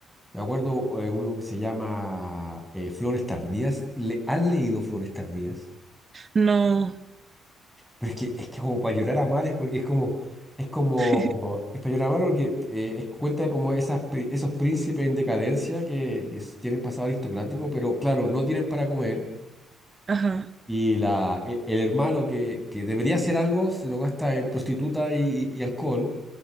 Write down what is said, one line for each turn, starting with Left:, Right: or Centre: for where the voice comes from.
Centre: me acuerdo, eh, uno que se llama eh, Flores Tardías, ¿le, han leído Flores Tardías?
Right: No.
Centre: Pero es que, es que como para llorar a mares, porque es como, es como,
Right: <laughs>
Centre: es para llorar a mares porque eh, es- cuenta como esas, pri- esos príncipes en decadencia que es- tienen pasado aristocrático, pero claro, no tienen para comer.
Right: Ajá.
Centre: Y la, e- el hermano que, que debería hacer algo se lo gasta en prostituta y, y- y alcohol.